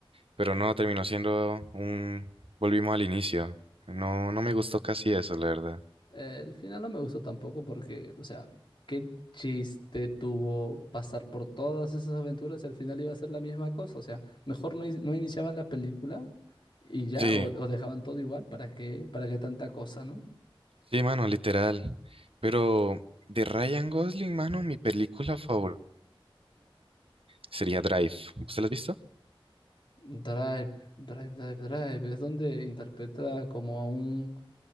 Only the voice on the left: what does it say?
Eh, El final no me gustó tampoco porque, o sea, qué chiste tuvo pasar por todas esas aventuras y al final iba a ser la misma cosa. O sea, mejor no, in- no iniciaban la película y ya,
o, o dejaban todo igual. ¿Para qué, para qué tanta cosa, ¿no?
Drive, Drive, Drive, Drive. Es donde interpreta como a un